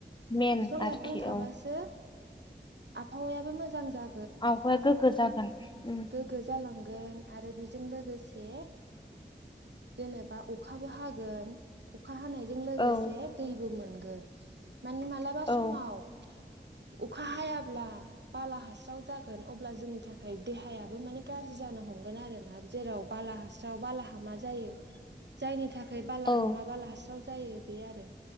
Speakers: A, on the left; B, on the right.
A: मेन
B: बिफां
A: आरोखि
B: लाइफां थाबासो
A: औ
B: आबहावायाबो मोजां जा
A: आबहाया गोग्गो जागोन उम
B: गो जालांगोन आरो बेजों लोगोसे जेनेबा अखाबो हागोन अखा हानायजों लोगोसे
A: औ
B: दैबो मोनगोन मानि मालाबा समाव
A: औ
B: अखा हायाब्ला बाला हास्राव जागोन अब्ला जोंनि थाखाय देहायाबो माने गाज्रि जानो हमगोन आरोना जेराव बाला हास्राव बालाहामा जायो
A: <inaudible>
B: जायनि थाखाय बालाहामा
A: औ
B: बाला हास्राव जायो बे आरो